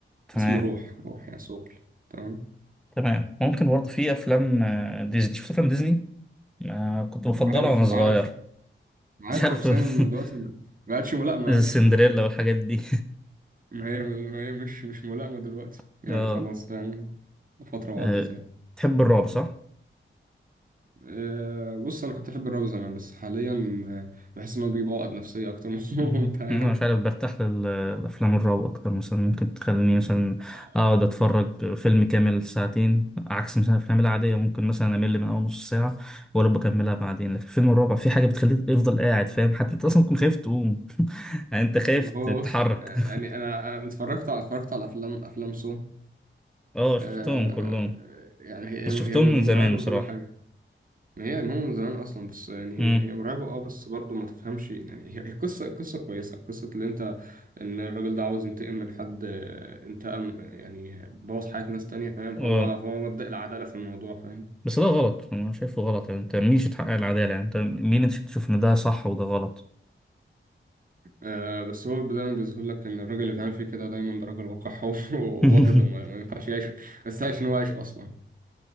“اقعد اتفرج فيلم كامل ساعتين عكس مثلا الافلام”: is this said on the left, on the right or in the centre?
Centre